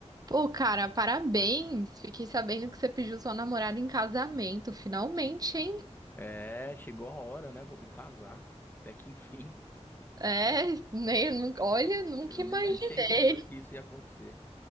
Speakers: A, on the right; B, on the left.
A: Pô, cara, parabéns! Fiquei sabendo que você pediu sua namorada em casamento, finalmente, hein?
B: É, chegou a hora, né? Vou me casar. Até que enfim.
A: É, nem, nu- olha, nunca
B: Eu nem
A: imaginei.
B: achei que essa- que isso
A: <laughs>
B: ia acontecer.